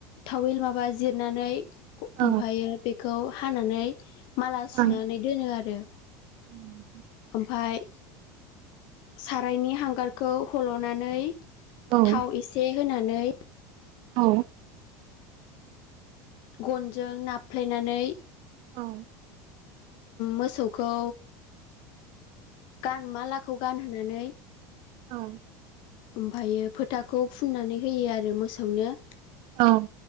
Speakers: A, on the left; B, on the right.
A: थावेल माबा जिरनानै ओमफ्रायो
B: औ
A: बेखौ हानानै माला सुनानै
B: औ
A: दोनो आरो।
B: <inaudible>
A: ओमफाय सारायनि हांगारखौ हल'नानै
B: औ
A: थाव एसे होनानै
B: औ
A: गनजों नाफ्लेनानै
B: औ
A: मोसौखौ गान मालाखौ गानहोनानै
B: औ
A: ओमफ्रायो फोथाखौ फुननानै होयो आरो मोसौनो।
B: औ।